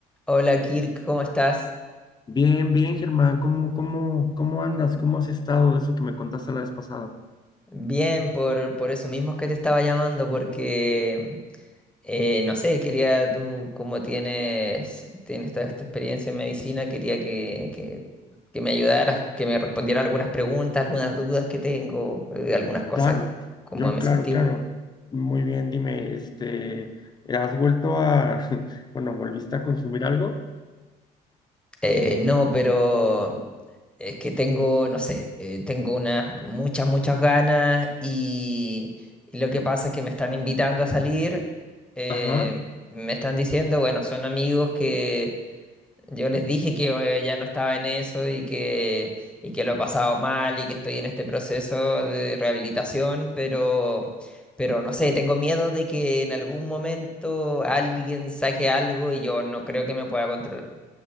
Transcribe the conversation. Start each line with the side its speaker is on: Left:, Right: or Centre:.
Centre: Hola Kirk, ¿cómo estás?
Left: Bien, bien, Germán, ¿cómo, cómo, cómo andas? ¿Cómo has estado de eso que me contaste la vez pasada?
Centre: Bien, por, por eso mismo que te estaba llamando, porque eh, no sé, quería tú, como tienes, tienes toda esta experiencia en medicina, quería que, que, que me ayudaras, que me respondieras algunas preguntas, algunas dudas que tengo, eh, algunas cosas,
Left: Claro,
Centre: cómo
Left: yo,
Centre: me
Left: claro,
Centre: sentí.
Left: claro. Muy bien, dime, este, ¿has vuelto a, <laughs> bueno, volviste a consumir algo?
Centre: Eh, no, pero es que tengo, no sé, eh, tengo unas muchas, muchas ganas y, y lo que pasa es que me están invitando a salir, eh,
Left: Ajá.
Centre: me están diciendo, bueno, son amigos que yo les dije que eh, ya no estaba en eso y que, y que lo he pasado mal y que estoy en este proceso de rehabilitación, pero, pero no sé, tengo miedo de que en algún momento alguien saque algo y yo no creo que me pueda controlar.